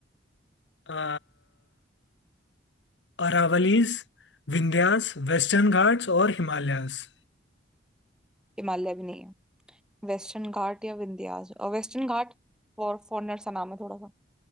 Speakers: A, on the left (about 80°); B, in the centre.
A: अ, अरावलीज विंध्यास वेस्टर्न घाट्स और हिमालयास
B: हिमालय भी नहीं है वेस्टर्न घाट या विंध्याचल और वेस्टर्न घाट फॉर फॉरनर सा नाम है थोड़ा सा